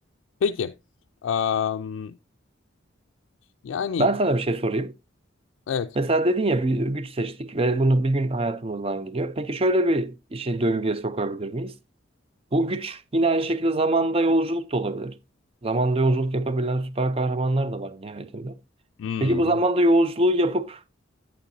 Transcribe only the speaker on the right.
Ben sana bir şey sorayım.
Mesela dedin ya bir güç seçtik ve bunu bir gün hayatımızdan gidiyor. Peki şöyle bir işi döngüye sokabilir miyiz? Bu güç yine aynı şekilde zamanda yolculuk da olabilir. Zamanda yolculuk yapabilen süper kahramanlar da var nihayetinde.
Peki bu zamanda yolculuğu yapıp